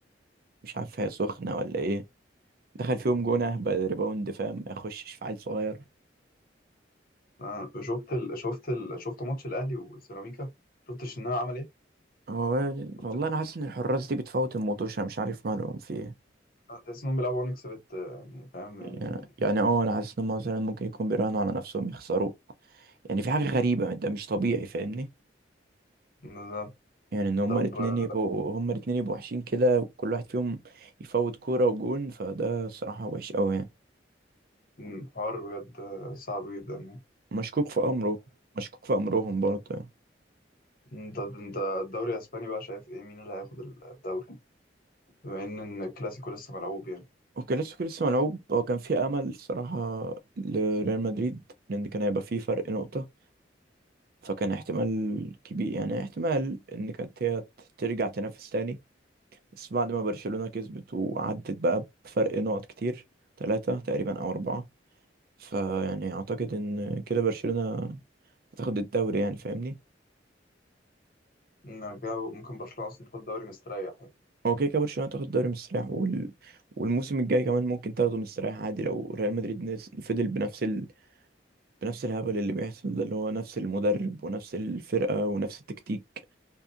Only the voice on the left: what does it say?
آه، شفت ال... شفت ال... شفت ماتش الاهلي وسيراميكا شفت الشناوي عمل ايه
شفت
ال-
آه، تحس انهم بيلعبوا ونكس بت يعني فاهم
يعني
بالظبط.
طب
آه،
مم، حوار بجد آه، صعب جدا يعني
مم، طب انت الدوري الاسباني بقى شايف ايه مين اللي هياخد الدوري بما ان إن الكلاسيكو لسه ملعوب يعني
مم، انا كده ممكن برشلونة اصلا تاخد الدوري مستريح يعني